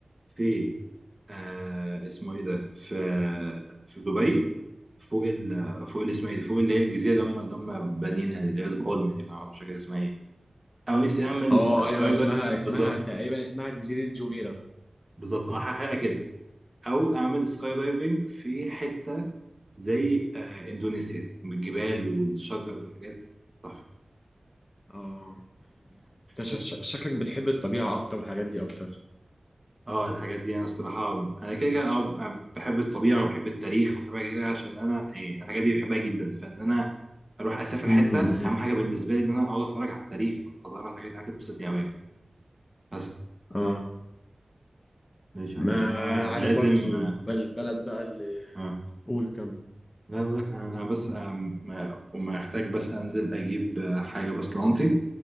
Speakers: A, on the right; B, on the left.
A: في آه اسمه ايه ده في في دبي فوق ال فوق ال- اسمها ايه دي فوق اللي هي الجزيره اللي هم اللي هم بانيينها دي، اللي هي البولم دي انا مش فاكر اسمها ايه او نفسي اعمل
B: اه
A: سكاي
B: ايوه اسمها
A: دايفنج بالظبط
B: اسمها تقريبا اسمها جزيرة جوميرا
A: بالظبط اه حاجه كده او اعمل سكاي دايفنج في حته زي آه اندونيسيا بالجبال والشجر والحاجات تحفه
B: اه انت ش-
A: بس
B: ش- شكلك بتحب الطبيعة اكتر والحاجات دي اكتر
A: اه الحاجات دي انا الصراحه انا كده كده اه بحب الطبيعه وبحب التاريخ وبحب حاجات كده عشان انا إيه الحاجات دي بحبها جدا فان انا اروح اسافر
B: امم.
A: حته اهم حاجه بالنسبه لي ان انا اقعد اتفرج على التاريخ والحضاره والحاجات دي حاجه بتبسطني قوي يعني. بس
B: اه
A: ماشي
B: ما
A: يا حبيبي انا
B: عارف
A: لازم
B: برضو
A: آه
B: بل- بلد بقى اللي
A: آه.
B: قول كم
A: لا اقول لك انا أنا بس آه ما وما احتاج بس انزل اجيب آه، حاجه بس لانتي